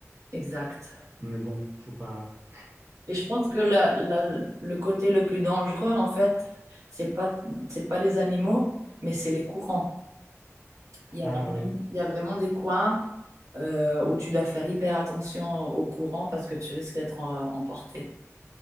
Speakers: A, on the right; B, on the right.
A: exact.
B: mais bon, faut pas.
A: Et je pense que la- la- le côté le plus dangereux, en fait, c'est pas, c'est pas les animaux, mais c'est les courants. Il y a
B: Ah
A: vraiment,
B: oui,
A: il y a vraiment des coins euh, où tu dois faire hyper attention aux courants parce que tu risques d'être euh, emporté.